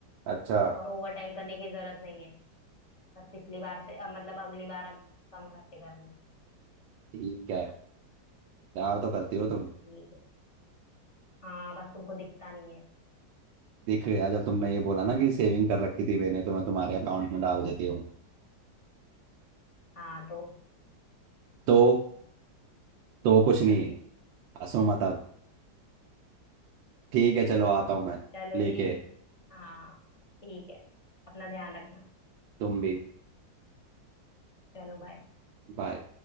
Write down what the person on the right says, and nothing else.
अच्छा
ठीक है प्यार तो करती हो तुम
दिख रहा है, जब तुमने ये बोला ना कि सेविंग कर रखी थी मैंने तो मैं तुम्हारे अकाउंट में डाल देती हूँ
तो तो कुछ नहीं
हंसो मत अब ठीक है चलो आता हूँ मैं
लेके
तुम भी
बाय